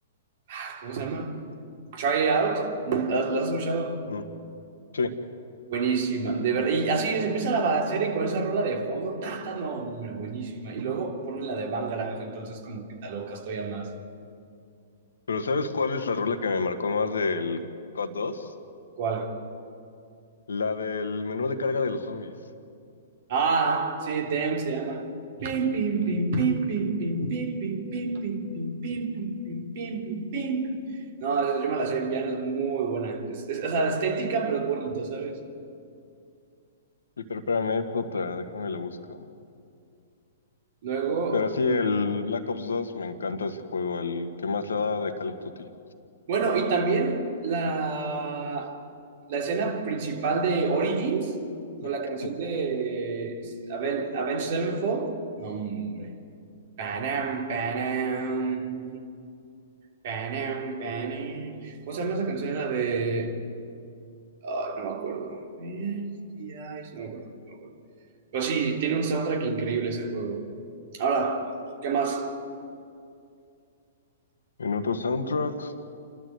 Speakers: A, on the right; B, on the left.
A: ah, ¿cómo se llama? Try It Out, ¿la, la has escuchado?
B: Mm, Sí.
A: Buenísima, de verdad. Y así se empieza la balacera y con esa rola de fondo, ta, ta, no, hombre, buenísima. Y luego ponen la de Bangarang, entonces como que te alocas todavía más.
B: Pero ¿sabes cuál es la rola que me marcó más del COD 2?
A: ¿Cuál?
B: La del menú de carga de los zombies.
A: Ah, sí, Dem se llama. Pim, pim, pim, pim, pim, pim, pim, pim, pim, pim, pim, pim, pim, pim, pim, pim, pim. No, yo me la sé en piano, es muy buena. Es, es- o sea, estética, pero es bonito, ¿sabes?
B: Y pero espérame, es otra, déjame la busco.
A: Luego,
B: Pero sí, el Black Ops dos me encanta ese juego, el que más le da de Call of Duty.
A: bueno, y también la, la escena principal de Origins con
B: <laughs>
A: la canción de Aven Avenged Sevenfold. No, hombre. Panam, panam, panam, panam. ¿Cómo se llama esa canción? La de... ah, no me acuerdo. Misty Eyes, No me acuerdo, no me acuerdo. Pero sí, tiene un soundtrack increíble ese juego. Ahora, ¿qué más?
B: En otros soundtracks